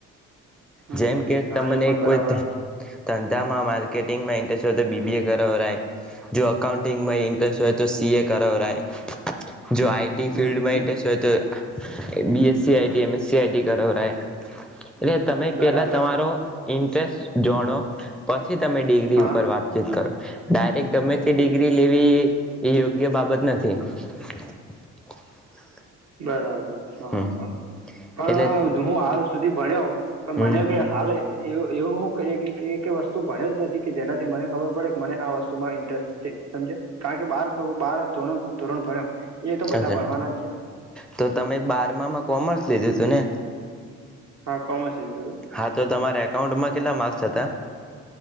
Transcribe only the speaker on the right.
હમ
હમ
હા
એ પણ બરાબર
હમ
હમ
બરાબર
હા
બરાબર. હા
પણ
હું આવ સુધી ભણ્યો પણ
મને એવ કે હાલ એવ એવું હું ક કે વસ્તુ ભણ્યો જ નથી કે જેનાથી મને ખબર પડે કે મને આ વસ્તુ માં ઇન્ટરેસ્ટ છે સમજ્યા કારણ કે બાર બાર ધોરણ ભણ એ તો બધા
ભણવાના જ છે.
હા કોમર્સ લીધું હતું